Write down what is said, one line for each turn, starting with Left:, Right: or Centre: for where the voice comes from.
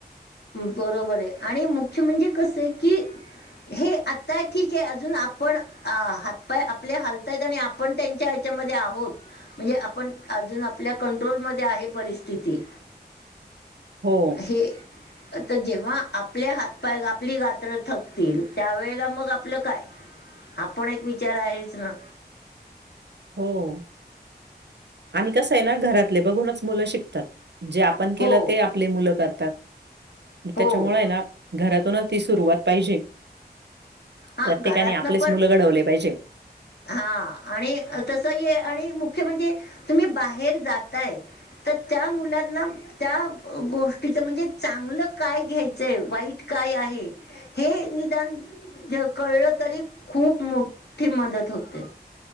Left: बरोबर हे आणि मुख्य म्हणजे कस आहे की हे आत्ता ठीक ये अजुन आपण अं हातपाय आपले हालताय आणि आपण त्यांच्या याच्या मध्ये आहोत म्हणजे आपण अजुन आपल्या कंट्रोलमध्ये आहे परिस्थिती
Right: हो
Left: ते आता जेव्हा आपले हातपाय आपली रात्र थकतील त्यावेेळेला मग आपल काय हा पण एक विचार आहेच ना
Right: हो आणि कस आहे ना घरातले बघुनच मुल शिकतात जे आप पण केल
Left: हो,
Right: ते आपले मुल करतात
Left: हो.
Right: त्याच्यामुळे हे ना घरातुनच ती सुरुवात पाहिजे
Left: हां
Right: प्रत्येकाने
Left: घरातनं
Right: आपलेच
Left: पण
Right: मुल घडवले पाहिजे
Left: हां आणि तसही आणि मुख्य म्हणजे तुम्ही बाहेर जाताय तर त्या मुलांना त्या गोष्टीच म्हणजे चांगल काय घ्यायच आहे वाईट काय आहे हे निदान कळल तरी खुप मोट्ठी मदत होते